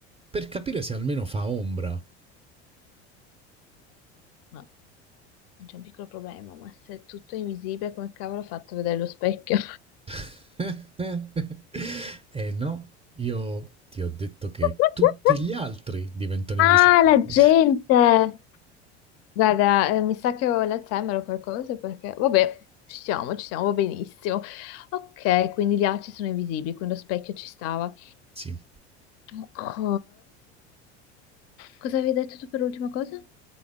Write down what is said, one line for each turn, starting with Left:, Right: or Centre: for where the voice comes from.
Right: per capire se almeno fa ombra.
Left: Ma c'è un piccolo problema, ma se tutto è invisibile, come cavolo ho fatto a vedere lo specchio?
Right: <laughs> eh no, io ti ho detto che
Left: <laughs>
Right: tutti gli altri diventano
Left: Ah,
Right: invisibili.
Left: la
Right: <laughs>
Left: gente! Guarda, eh, mi sa che ho l'Alzheimer o qualcosa perché, vabbè, ci siamo, ci siamo, va benissimo. Ok, quindi gli altri sono invisibili, quindi lo specchio ci stava.
Right: sì,
Left: Ok. Cosa avevi detto tu per l'ultima cosa?